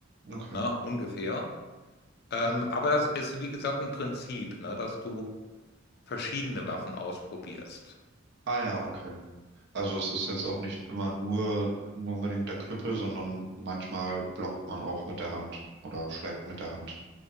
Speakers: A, on the right; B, on the left.
A: okay.
B: Ne? Ungefähr. Ähm,
A: Mhm.
B: aber das ist, wie gesagt, ein Prinzip, ne? Dass du verschiedene Waffen ausprobierst.
A: Ah ja, okay. Also es ist jetzt auch nicht immer nur, nur unbedingt der Knüppel, sondern manchmal blockt man auch mit der Hand oder schlägt mit der Hand.